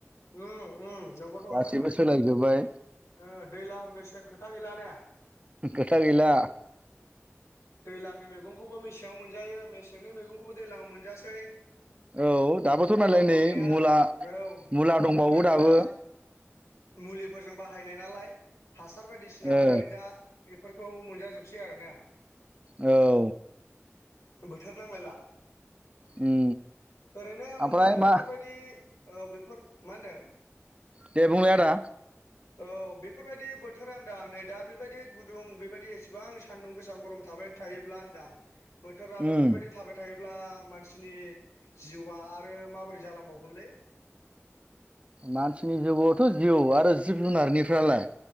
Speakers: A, on the left; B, on the right.
A: ओ ओ नंगौथ'
B: गासिबो
A: आरो
B: सोलायजोब्बाय
A: ओ दैज्लां मेसें खोथा गैला ना
B: खोथा गैला
A: दैज्लांनि मैगंखौबो मेसेङाव मोनजायो मेसेंनि मैगंखौबो दैज्लाङाव मोनजासै
B: औ दाबोथ' नालाय
A: आबाद
B: नै
A: मावनाया
B: मुला
A: औ
B: मुला
A: आबाद
B: दंबावो
A: मावनायफोरा
B: दाबो
A: मुलिफोरजों बाहायनाय नालाय हासार बायदिसिना
B: ए
A: होनानै दा बेफोरखौ मोनजाजोबसै आरोना
B: अ
A: बोथोर नांलायला
B: उम
A: ओरैनो
B: ओमफ्राय
A: फंबाय बेफोरबायदि
B: मा
A: औ बेफोर मा होनदों
B: दे बुंलाय आदा
A: औ बेफोरबायदि बोथोर आदां नै दा बेबायदि गुदुं बेबायदि एसेबां सानदुं गोसा गरम थाबाय थायोब्ला होनदां बोथोरा बेफोरबायदि
B: उम
A: थाबाय थायोब्ला मानसिनि जिवा आरो माबोरै जालांबावगोनलै
B: मानसिनि जिउआवथ' जिउ आरो जिब जुनारनिफ्रालाय